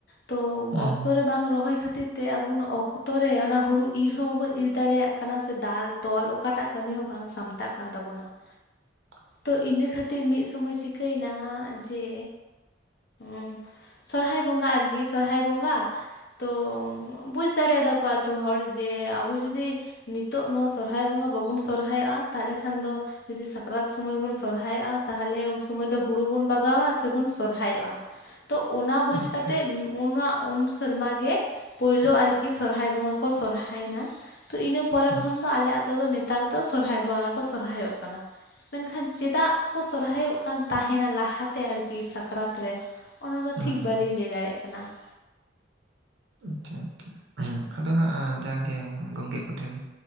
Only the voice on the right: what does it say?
ᱦᱩᱸ
ᱦᱩᱸ
<unintelligible>
ᱟᱪᱪᱷᱟ
ᱦᱩᱸ
ᱦᱩᱸ
ᱦᱩᱸ
ᱟᱪᱪᱷᱟ ᱟᱪᱪᱷᱟ ᱟᱫᱚ ᱦᱟᱸᱜ ᱡᱟᱠ ᱜᱮ ᱜᱚᱝᱠᱮ ᱠᱚᱴᱷᱮᱱ